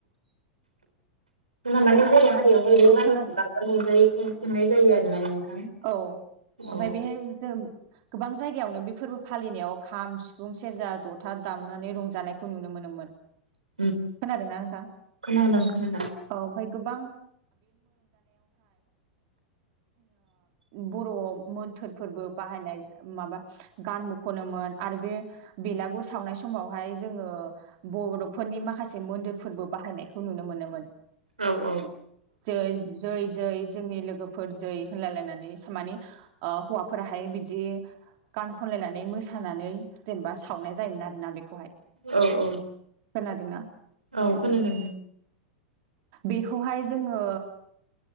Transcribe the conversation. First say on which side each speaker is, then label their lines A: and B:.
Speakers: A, on the right; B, on the right.
A: <unintelligible> माने बर' हारियावहाय
B: ओ खोना औ ओमफाय
A: औ
B: बेहाय जों गोबां जायगायावनो बेफोरबो फालिनायाव खाम जथा सिफुं दामनानै रंजानायखौ नुनो मोनोमोन।
A: <inaudible>
B: खोनादोना नोंथां
A: खोनादों खोनादों
B: औ ओमफ्राय गोबां बर' मोन्थोरफोरबो बाहायनाय माबा गानबो खनोमोन बेलागुर सावनाय समावहाय जोङो बर'नि माखासे मोन्थायफोरबो बाहायनायखौ नुनो मोनोमोन मोनोमोन
A: औ औ
B: जेरै जै जै जोंनि लोगोफोर जै बेसामानि माने हौवाफोराहाय बिदि गान खनलायनानै मोसानानै सावनाय जायोमोन आरोना बेखौहाय
A: औ औ
B: खोनादोंना?
A: औ खोनादोंं।
B: बेखौहाय जोङो